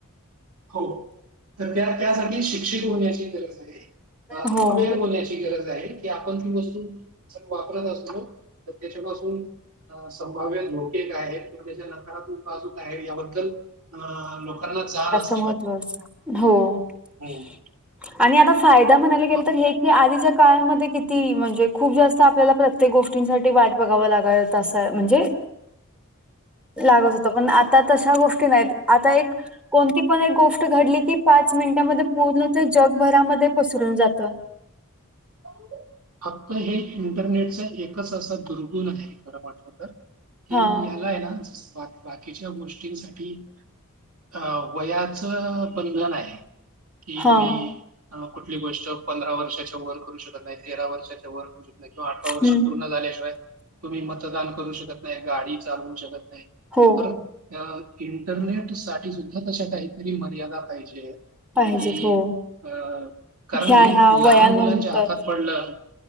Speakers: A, on the right (about 80°); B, in the centre.
A: हो तर त्या त्यासाठी शिक्षित होण्याची गरज आहे.
B: हो
A: अवेअर होण्याची गरज आहे. की आपण ती वस्तू जर वापरत असलो तर त्याच्यापासून अ संभाव्य धोके काय आहेत, किंवा त्याच्या नकारात्मक बाजू काय आहे याबद्दल. अ लोकांना जाण अस
B: आणी
A: हं.
B: आता फायदा म्हणायला गेल
A: प
B: तर ए की आधीच्या काळांमध्ये किती म्हणजे खूप जास्त आपल्याला प्रत्येक गोष्टींसाठी वाट बघावं लागा तसं म्हणजे. लागत होत, पण आता तशा गोष्टी नाहीत, आता एक कोणती पण एक गो ष्ट घडली की पाच मिनिटामध्ये पूर्ण ते जगभरामध्ये पसरून जात. <inaudible>
A: <unintelligible> हे इंटरनेटच एकच असा दुर्गुण आहे खरं म्हटलं तर ते
B: हा
A: यालाय ना बाक बाकीच्या गोष्टींसाठी अ वयाच बंधन आहे कि
B: हा
A: तुम्ही कुठली गोष्ट पंधरा वर्षाच्या वर करू शकत नाहीत तेरा वर्षाच्या वर किंवा अठरा वर्ष
B: हम्म
A: पूर्ण झाल्याशिवाय तुम्ही मतदान करू शकत नाही गाडी चालवू शकत नाही
B: हो
A: बरोब इंटरनेट साठी सुद्धा तशा काहीतरी मर्यादा पाहिजे
B: पाहिजेत
A: कि
B: हो
A: अं कारण
B: ह्या
A: हे
B: ह्या
A: लहान
B: वयानंतर
A: मुलांच्या हातात पडलं